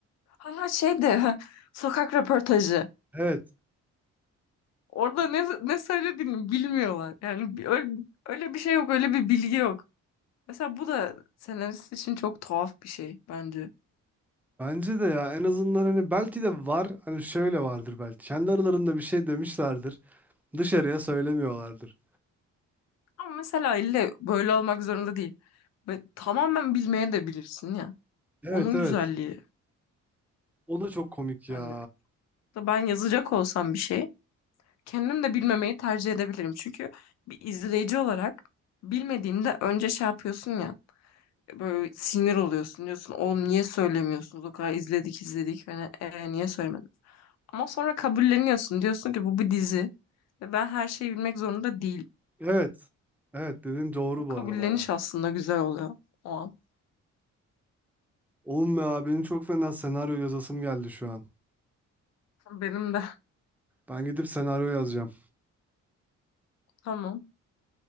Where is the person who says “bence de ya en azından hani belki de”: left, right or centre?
Centre